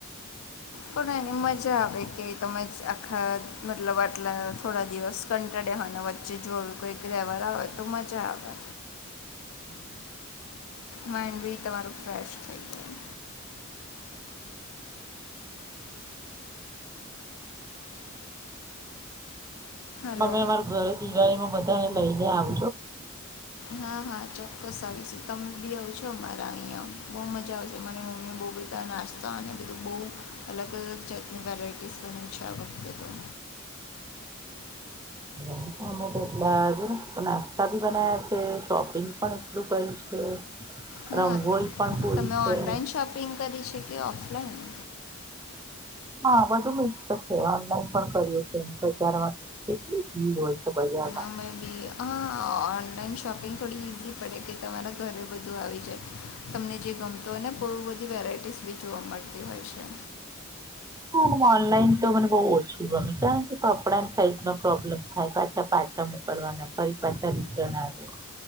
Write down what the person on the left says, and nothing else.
પણ એને મજા આવે કે તમે આખા મતલબ આટલા થોડા દિવસ કંટાડેવાની વચ્ચે જો કોઈક રહેવાર આવેય તો મજા આવે
માઇન્ડ બી તમારું ફ્રેશ થઈ જાય હલો
હા હા ચોક્કસ આવી પછી તમે બી આવ છો મામારા અહીંયા બહુ મજા આવશે મરી મમ્મી બહુ બધા નાસ્તા અને બધું બહુ અલગ અલગ જાતની વેરાયટીસ બના છે આ વખતે તો
હા
તમે
ઓનલાઈન શોપિંગ કરી છે કે ઓફલાઈન
હમે બી હા ઓનલાઇન શોપિંગ થોડી ઇઝી પડે ગઈ તમારા ઘરે બધું આવી જાય તમને જે ગમતોયને બહુ બધી વેરાયટીસ બી જોવા મળતી હોય છે